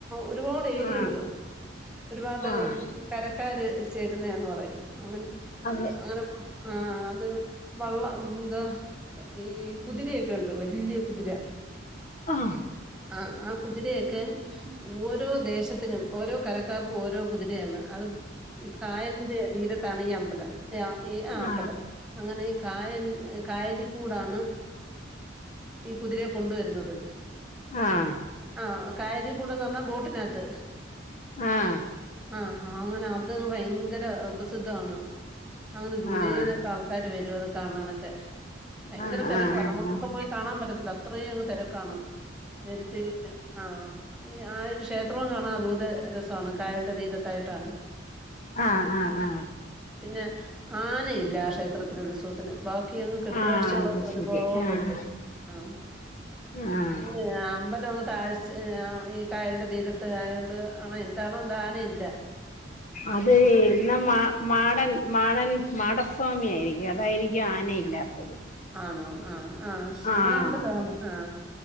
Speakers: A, in the centre; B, on the left.
A: ഒരുപാട് ഏരിയുണ്ട്.
B: ആഹ്
A: ഒരുപാട്
B: ആഹ്
A: കരക്കാര് ചേരുന്ന ന്ന് പറയും അങ്ങനെ. <unintelligible>
B: അതെ
A: അങ്ങനെ ആ അത് വള്ളം ന്താ ഈ കുതിരയൊക്കെ ണ്ട് വല്ല്യ കുതിര.
B: ആഹ്
A: ആ ആ കുതിരയൊക്കെ ഓരോ ദേശത്തിനും ഓരോ കരക്കാർക്കു ഓരോ കുതിരയാണ് അത് ഈ കായൽന്റെ തീരത്താണ് ഈ അമ്പലം <unintelligible> ഈ ആ
B: ആഹ്
A: അമ്പലം. അങ്ങനെ കായൽ കായലിക്കൂടാണ് ഈ കുതിരയെ കൊണ്ടുവരുന്നത്.
B: ആഹ്
A: ആ കായലികൂടന്ന് പറഞ്ഞാ ബോട്ടിനകത്ത്.
B: ആഹ്
A: ആ അങ്ങനെ അത് ഭയങ്കര പ്രസിദ്ധാണ്. അങ്ങനെ ദൂരേന്നൊക്കെ
B: ആഹ്
A: ആൾക്കാര് വരും അത് കാണാനൊക്കെ. ഭയങ്കര
B: ആഹ്
A: തെരക്കുവാ
B: ആഹ്
A: നമുക്കൊക്കെ
B: ആഹ്
A: പോയി കാണാൻ പറ്റത്തില്ല അത്രയും അങ്ങ് തെരക്കാണ്. <unintelligible> ആഹ് ഈ ആ രു ക്ഷേത്രവും കാണാൻ <unintelligible> ത് രസാണ് കായലിന്റെ തീരത്തായിട്ടാണ്.
B: ആഹ് ആഹ് ആഹ്
A: പിന്നെ ആനയില്ല ക്ഷേത്രത്തിന് ഉത്സവത്തിന് ബാ ക്കി അങ്ങ് കെട്ടുകാഴ്ചകളൊക്കെ
B: ആഹ് അത്
A: ഒരുപാടുണ്ട്
B: ശരി ആഹ്
A: ആഹ്.
B: ആഹ്
A: <unintelligible> അമ്പലം അങ്ങ് താഴ്ച ഈ കായലിന്റെ തീരത്ത് ആയോണ്ട് ആ എന്താണോ ദാന ഇല്ല
B: അതെയ് നമാ മാടൻ മാടൻ മാടസ്വാമി ആയിരിക്കും അതായിരിക്കും ആനയില്ലാത്തത്
A: ആണോ ആ ആ ശിവമ്പലാണ്
B: ആഹ്
A: ആ